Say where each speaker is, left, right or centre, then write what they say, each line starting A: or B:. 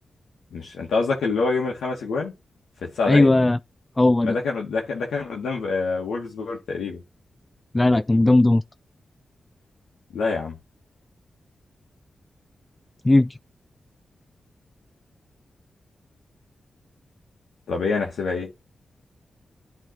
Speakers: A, on the left; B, on the left.
A: مش انت قصدك اللي هو يوم الخمس اجوان في تسع
B: أيوه
A: دقايق
B: هو
A: ما
B: ده
A: ده كان قد- ده كان ده كان قدام آه، وولفسبورج تقريبا
B: لا لا كان قدام
A: لا يا عم
B: دورتموند
A: طب ايه هنحسبها ايه؟